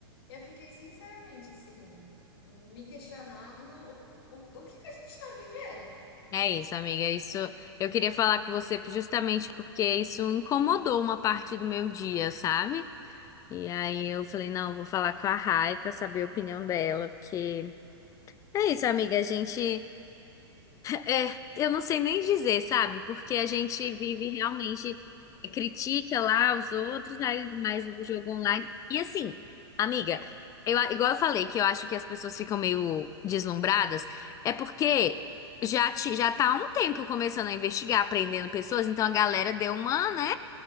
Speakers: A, on the left; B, on the left.
A: eu fiquei sinceramente assim, me questionando o, o que que a gente está vivendo.
B: É isso, amiga. Isso eu queria falar com você justamente porque isso incomodou uma parte do meu dia, sabe? E aí eu falei, não, vou falar com a Rai pra saber a opinião dela, porque é isso, amiga. A gente É, eu não sei nem dizer, sabe? Porque a gente vive realmente, eh, critica lá os outros, aí mais o jogo online. E assim, amiga, eu, a- igual eu falei que eu acho que as pessoas ficam meio deslumbradas, é porque já, ti- já tá há um tempo começando a investigar, prendendo pessoas, então a galera deu uma, né?